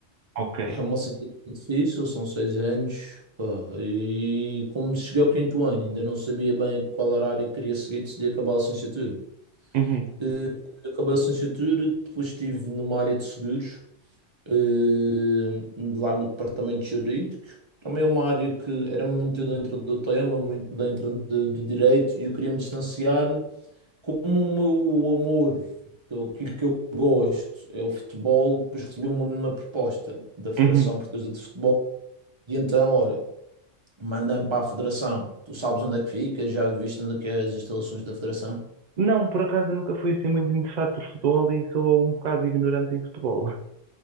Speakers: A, on the right; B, on the right.
A: Ok.
B: É uma licenciatura difícil, são seis anos. pá, e como cheguei ao quinto ano, ainda não sabia bem qual era a área que queria seguir, decidi acabar a licenciatura.
A: Uhum,
B: Eh, Acabei a licenciatura, depois estive numa área de seguros, eh, lá no departamento jurídico. Também é uma área que era muito dentro do tema, muito dentro de- do direito, e eu queria me distanciar. Como o meu amor, então, aquilo que eu gosto, é o futebol, depois recebi uma, uma proposta da Federação
A: uhum.
B: Portuguesa de Futebol, e então, ora, mandei-me para a Federação. Tu sabes onde é que fica, já viste onde é que é as instalações da Federação?
A: Não, por acaso eu nunca fui assim muito interessado por futebol e sou um bocado ignorante em futebol.